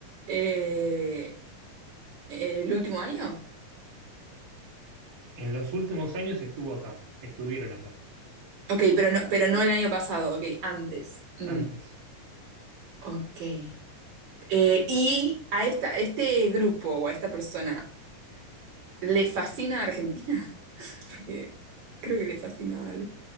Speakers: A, on the right (about 60°); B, on the right (about 30°).
A: eh, eh, el último año?
B: En los últimos años estuvo acá, estuvieron acá,
A: Ok, pero no, pero no el año pasado, ok, antes. Mm,
B: antes.
A: ok. Eh, ¿y a esta, este grupo o a esta persona le fascina Argentina? <laughs> Porque creo que le fascina a, al-